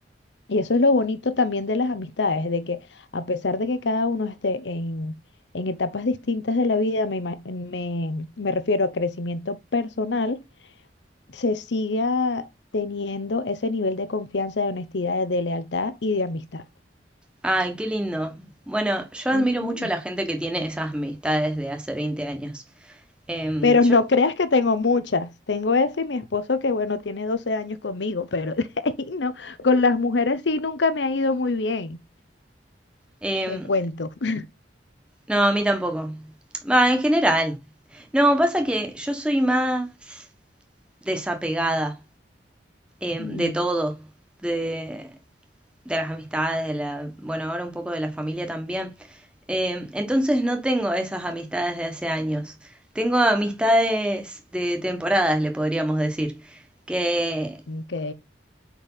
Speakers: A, on the left; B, in the centre.
A: Y eso es lo bonito también de las amistades, de que a pesar de que cada uno esté en, en etapas distintas de la vida, me, ima- me, me refiero a crecimiento personal, se siga teniendo ese nivel de confianza, de honestidad, de lealtad y de amistad.
B: Ay, qué lindo. Bueno, yo admiro
A: Ujú.
B: mucho a la gente que tiene esas amistades de hace veinte años. Em,
A: Pero
B: yo-
A: no creas que tengo muchas. Tengo ese y mi esposo que, bueno, tiene 12 años conmigo, pero <laughs> de ahí no. Con las mujeres sí nunca me ha ido muy bien,
B: em,
A: te cuento. <laughs>
B: no, a mí tampoco. Va, en general. No, pasa que yo soy más desapegada em,
A: Mm,
B: de todo, de, de las amistades, de la, bueno, ahora un poco de la familia también. Em, entonces no tengo esas amistades de hace años. Tengo amistades de temporadas, le podríamos decir, que
A: ok.